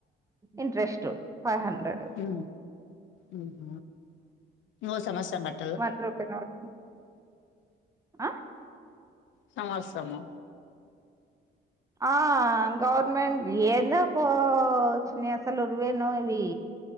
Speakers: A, on the right; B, on the left.
A: ఇంట్రెస్ట్ ఫైవ్ హండ్రెడ్
B: హు ఊహ నోస్ అనవసరంగా కట్టి
A: వన్ రూపి నే పడు అ
B: సమాసము
A: ఆ గవర్నమెంట్ ఏందుకో వచ్చినాయి అసలు. ఉరువేనో ఇవి?